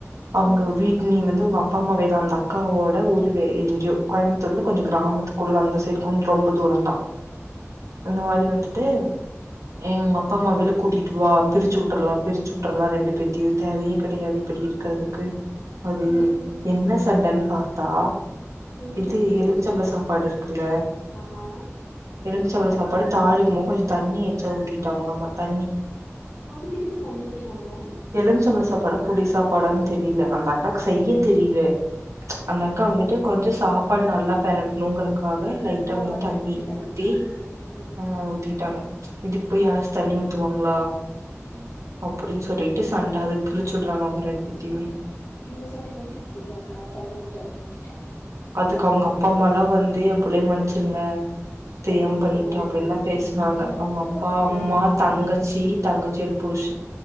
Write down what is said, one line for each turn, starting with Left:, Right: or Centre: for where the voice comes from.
Right: அவங்க
Left: ம்
Right: வீட்டு நீ வந்து உங்கப்பம்மா வேல அந்த அக்காவோட ஊர் வே எங்கேயோ கோயம்பத்தூர்ல கொஞ்ச கிராமத்து குள்ள அந்த சைட் கொஞ் ரொம்ப தூரந்தா
Left: ப்ளாக்
Right: அந்த மாரி வந்துட்டு உங்கப்பம்மா விழுப் கூட்டிட்டு வா பிரிச்சு விட்டுரலா பிரிச்சு விட்டுறலா ரெண்டு பேத்தையு தேவையே கெடையாது இப்டி இருக்கிறதுக்கு அது
Left: ம்
Right: என்ன சண்டன்னு பாத்தா
Left: ம்
Right: இது எலுமிச்சம்பழ சாப்பாடு இருக்கு இல்ல
Left: ஆமா
Right: எலும்பமிச்சம்பளம் சாப்பாடு தாலிக்கு போக கொஞ்ச தண்ணி எச்சா ஊத்திட்டாங்களாமா தண்ணி
Left: அதுக்கு எதுக்கு தண்ணி ஊத்துனாங்க முதல்ல
Right: எலும்பச்சபளம் சாப்பாடா புளி சாப்பாடான்னு தெரியல அந்த அக்கா செய்ய தெரியல
Left: சரி
Right: அந்த வந்துட்டு கொஞ்ச சாப்பாடு நல்லா பெரட்டணும்ங்கறக்காக லைட்டா
Left: ஓ
Right: வந்து
Left: அதுக்கு
Right: தண்ணி
Left: வேண்டி
Right: ஊத்தி
Left: ஆ செரி ம்
Right: ஆ ஊத்திட்டாங்க இதுக்கு போய் யாராச்சு தண்ணி ஊத்துவாங்களா
Left: ம்
Right: அப்படின்னு சொல்லிட் டு சண்ட அதுக் பிரிச்சு விடுறாங்கலாமா ரெண்டு பேத்துமே
Left: இந்த சண்ட கேட்டு பிரிச்சு உட்ருவாங்ல தண்ணி கொஞ்ச அதிகமா ஊத்திட்டாங்கன்னு
Right: அதுக்கு அவங்கப்பா அம்மாலா வந்து ஏ புள்ளைய மன்னிச்சிருங்க தெரியாம
Left: அய்யய்யோ
Right: பண்ணிட்டா அப்படின்னா பேசினாங்க
Left: ஏய் இதெல்லா
Right: அவங்கப்பா
Left: ரொம்ப
Right: அம்மா தங்கச்சி தங்கச்சியோ புருஷ